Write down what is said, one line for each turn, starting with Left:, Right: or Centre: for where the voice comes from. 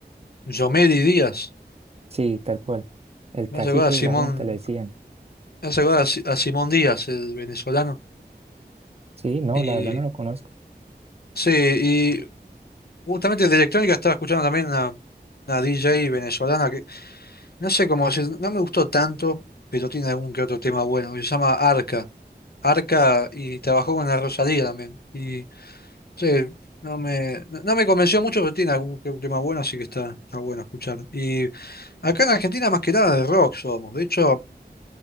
Left: Yomeli Díaz.
Right: Sí, tal cual, el cacique
Left: Me hace acordar a Simón,
Right: de la junta le decían,
Left: me hace acordar a, Si- a Simón Díaz, el venezolano.
Right: sí, no,
Left: Y
Right: la verdad no lo conozco,
Left: sí, y justamente de electrónica estaba escuchando también una, una DJ venezolana que no sé cómo decir, no me gustó tanto, pero tiene algún que otro tema bueno, que se llama Arca. Arca y trabajó con la Rosalía también. Y sí, no me, no no me convenció mucho, pero tiene algún que otro tema bueno, así que está, está bueno escuchar. Y acá en Argentina más que nada de rock somos. De hecho,